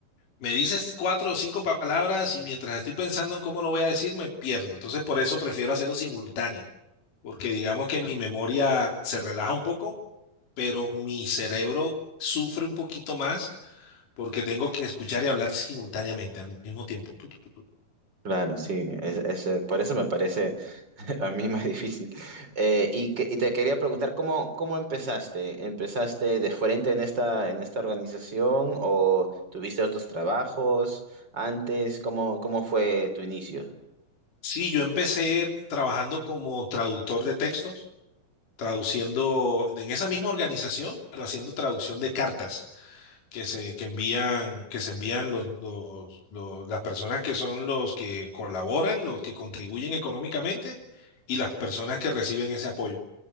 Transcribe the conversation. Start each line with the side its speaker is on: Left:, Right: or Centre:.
Left: Me dices cuatro o cinco palabras y mientras estoy pensando en cómo lo voy a decir, me pierdo. Entonces, por eso prefiero hacerlo simultáneo, porque digamos que mi memoria se relaja un poco, pero mi cerebro sufre un poquito más porque tengo que escuchar y hablar simultáneamente al mismo tiempo. Tu, tu, tu, tu.
Right: claro, sí, es, es, eh, por eso me parece <laughs> a mí más difícil. Eh, y, que- y te quería preguntar, ¿cómo, cómo empezaste? ¿Empezaste de frente en esta, en esta organización o tuviste otros trabajos antes? ¿Cómo, cómo fue tu inicio?
Left: Sí, yo empecé trabajando como traductor de textos, traduciendo en esa misma organización, pero haciendo traducción de cartas. que se, que envían, que se envían los, los- los- las personas que son los que colaboran, los que contribuyen económicamente y las personas que reciben ese apoyo.